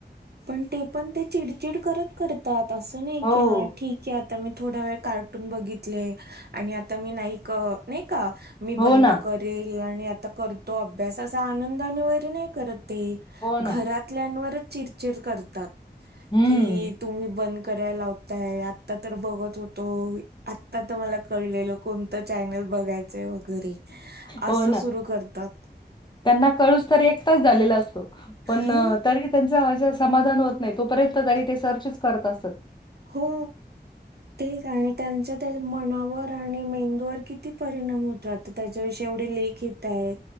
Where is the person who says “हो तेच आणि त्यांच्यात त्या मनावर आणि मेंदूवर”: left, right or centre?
Right